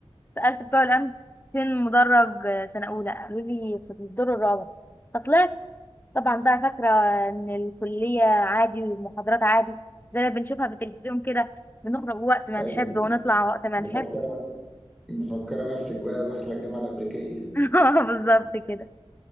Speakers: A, on the left; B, in the centre.
A: سالت بتوع الامن فين مدرج سنه اولى قالوا لي في الدور الرابع فطلعت طبعا بقى فاكره ان الكليه عادي والمحاضرات عادي زي ما بنشوفها في التلفزيون كده بنخرج وقت ما
B: ايوه
A: نحب ونطلع وقت ما
B: مفكره
A: نحب
B: مفكره نفسك بقى داخله الجامعه الامريكيه
A: <laughs> اه بالظبط كده